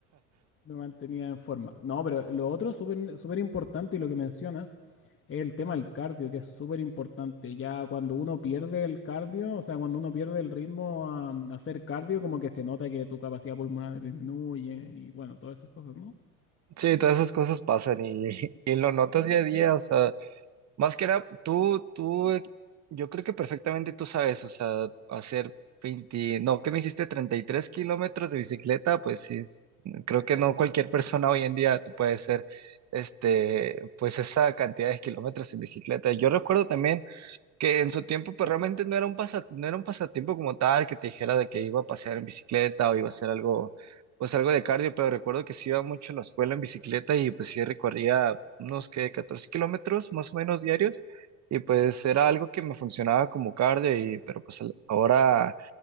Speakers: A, on the left; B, on the right.
A: me mantenía en forma. No, pero lo otro súper súper importante y lo que mencionas es el tema del cardio, que es súper importante. Ya cuando uno pierde el cardio, o sea, cuando uno pierde el ritmo a, a hacer cardio, como que se nota que tu capacidad pulmonar disminuye y bueno, todas esas cosas, ¿no?
B: Sí, todas esas cosas pasan y, y lo notas día a día, o sea, más que nada, tú, tú, eh, yo creo que perfectamente tú sabes, o sea, hacer 20 no, ¿qué me dijiste? treinta y tres kilómetros de bicicleta, pues sí, es- creo que no cualquier persona hoy en día te puede hacer, este, pues esa cantidad de kilómetros en bicicleta. Yo recuerdo también que en su tiempo pues realmente no era un pasa, no era un pasatiempo como tal, que te dijera de que iba a pasear en bicicleta o iba a hacer algo, pues algo de cardio, pero recuerdo que sí iba mucho a la escuela en bicicleta y pues sí recorría unos que 14 kilómetros más o menos diarios y pues era algo que me funcionaba como cardio y pero pues al- ahora